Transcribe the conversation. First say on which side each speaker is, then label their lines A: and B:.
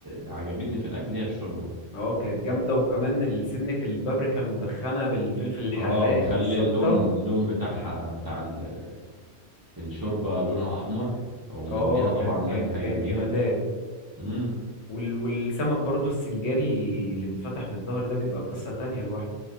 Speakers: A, on the right; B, on the left.
A: عجبتني في الاكل هي الشوربه
B: آه، كانت جامده وكمان ال- سنه البابريكا المدخنه بالفلفل الحراق
A: اه مخلي
B: بالشطه
A: اللون اللون بتاعها بتاع ال- الشوربه لونها احمر ومديها
B: اه
A: طبعا
B: كان
A: نكهه
B: كان
A: جميله
B: كان جمدان
A: امم
B: وال... والسمك برضو السنجاري اللي بيتفتح من الظهر ده بيبقى قصه تانية لوحده